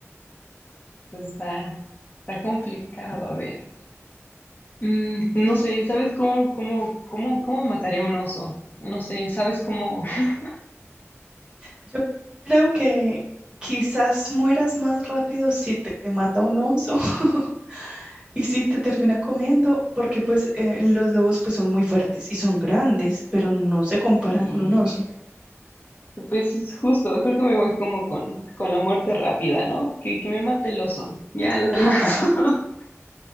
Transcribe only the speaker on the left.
Entonces, Está, está complicado, a ver. Mm, no sé, ¿sabes cómo, cómo, cómo, cómo mataría un oso? No sé, ¿sabes cómo? <laughs>
Y
pues es justo, creo que me voy como con, con la muerte rápida, ¿no? Que, que me mate el oso. Ya, lo demás.
<laughs>